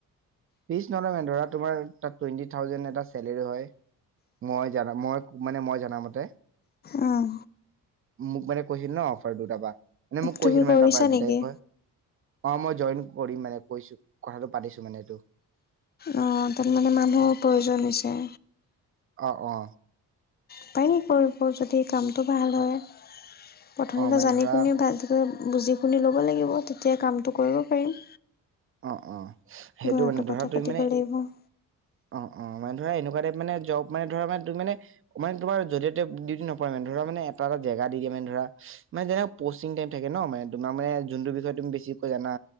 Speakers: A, on the right (about 40°); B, on the left (about 30°).
A: ফিজ নলয় মানে, ধৰা তোমাৰ তাত টুৱেন্টি থাউজেণ্ড এটা চেলেৰী হয়। মই জনা, মই মানে মই জনামতে।
B: উম,
A: মোক মানে কৈছিল নহ অফাৰ দুটাৰ বা এনে মোক
B: তুমি
A: কৈছিল মানে,
B: কৰিছা
A: তাৰপৰা এইটো
B: নেকি?
A: টাইপ হয়। অ', মই জইন কৰিম মানে কৈছো, কথাটো পাতিছো মানে এইটো।
B: অঁ, তাত মানে মানুহৰ প্ৰয়োজন হৈছে।
A: অ', অ।
B: উপায় নাই কৰিব যদি কামটো ভাল হয়, প্ৰথমতে
A: অ মানে
B: জানি
A: ধৰা
B: শুনি ভালকৈ বুজি শুনি ল'ব লাগিব, তেতিয়া কামটো কৰিব পাৰিম।
A: অ', অ সেইটো
B: ঘৰতো
A: মানে ধৰা,
B: কথা
A: তুমি
B: পাতিব
A: মানে
B: লাগিব। উম,
A: অ', অ, মানে ধৰা এনেকুৱা টাইপ মানে, জব মানে ধৰা মানে তুমি মানে, মানে তোমাৰ য'তে ত'তে ডিউটি নপৰে মানে, ধৰা মানে এটা এটা জী জেগা যা দি কিনে ধৰা মানে যেনেও ধৰা পষ্টিঙ টাইম থাকে নহ, মানে তোমাক মানে যোনটো বিষয়ে তুমি বেছিকৈ জানা।